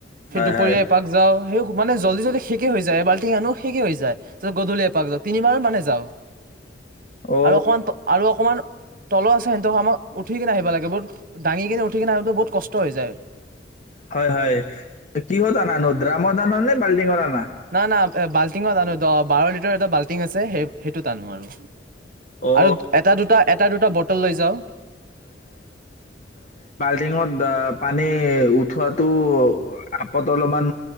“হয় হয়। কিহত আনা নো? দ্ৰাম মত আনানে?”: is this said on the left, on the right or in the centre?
Left